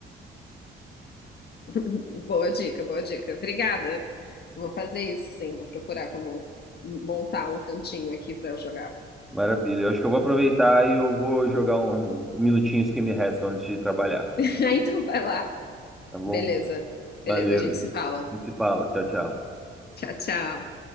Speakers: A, on the left (about 55°); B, in the centre.
A: <laughs> Boa dica, boa dica. Obrigada. Vou fazer isso, sim. Vou procurar como montar um cantinho aqui para eu jogar.
B: Maravilha. Eu acho que eu vou aproveitar e eu vou jogar um- uns minutinhos que me restam antes de trabalhar.
A: <laughs> Então vai lá.
B: Tá bom?
A: Beleza. Beleza,
B: Valeu.
A: a gente
B: A
A: se fala.
B: gente se fala. Tchau, tchau.
A: Tchau, tchau.